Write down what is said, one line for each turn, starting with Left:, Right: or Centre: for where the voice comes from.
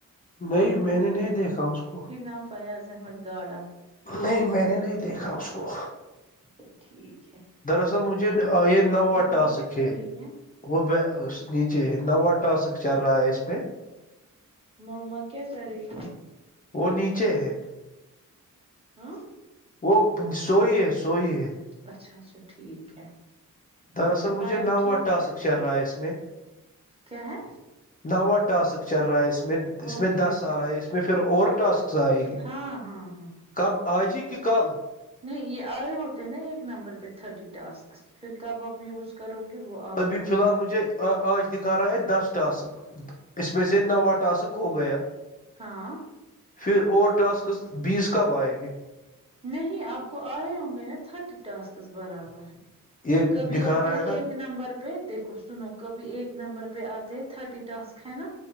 Left: نہیں میں نے نہیں دیکھا اس کو
Right: ن فیاض احمد گاڑا
Left: نہیں میں نے نہیں دیکھا اس کو
Right: تو ٹھیک ہے
Left: دراصل مجھے یہ نوا
Right: مما
Left: ٹاسک
Right: کیا کر
Left: ہے
Right: رہی
Left: وہ نیچے نوا ٹاسک چل رہا ہے اس پ میں
Right: مما کیا کر رہی
Left: وہ نیچے ہے
Right: ہاں
Left: وہ سو ہی ہے سو ہی ہے
Right: اچھا اچھا ٹھیک ہے
Left: دراصل
Right: کہ
Left: مجھے
Right: وائف
Left: نوا
Right: ٹھیک
Left: ٹاسک
Right: ہے
Left: چل رہا ہے اس میں
Right: کیا ہے
Left: نوا ٹسک چرائس اس میں اس
Right: اوکے
Left: میں دس
Right: اوکے
Left: سال آئے اس میں پھر اور ٹاسک آئے گی
Right: ہاں ہاں ہاں
Left: کب آجی کہ کال
Right: نہیں یہ آئے ہوتے ہیں نا ایک نمبر پہ تھرٹی ٹاسک پھر کب آپ یوز کرو گی وہ آپ
Left: ابھی
Right: کا
Left: فی الحال مجھے آج دکھا رہا ہے دس ٹاسک اس
Right: ہے۔
Left: میں سے نوا ٹاسک ہو گیا
Right: ہاں
Left: پھر اوور ٹاسکس بیس کب آئیں گے
Right: میں ہی آپ کو آئے ہوں گے نا تھرٹی ٹاسک برابر
Left: یہ
Right: کبھی
Left: دکھا
Right: آتا
Left: رہا
Right: ہے
Left: نا
Right: ایک نمبر پہ دیکھو سنو کبھی ایک نمبر پہ آتے ہیں تھرٹی ٹاسک ہے نا